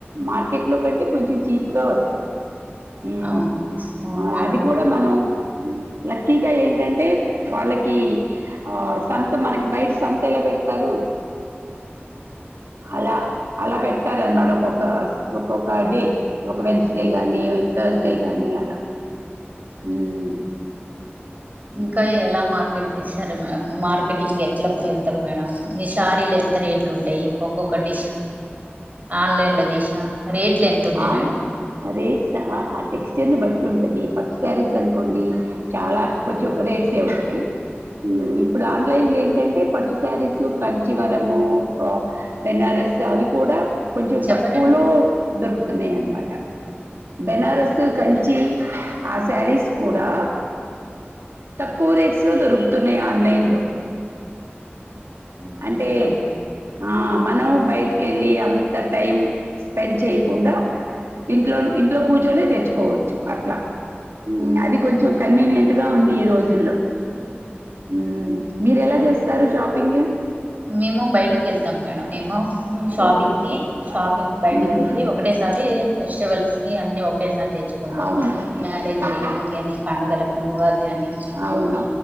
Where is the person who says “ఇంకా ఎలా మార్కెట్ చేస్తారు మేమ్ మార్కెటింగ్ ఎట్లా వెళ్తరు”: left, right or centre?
Right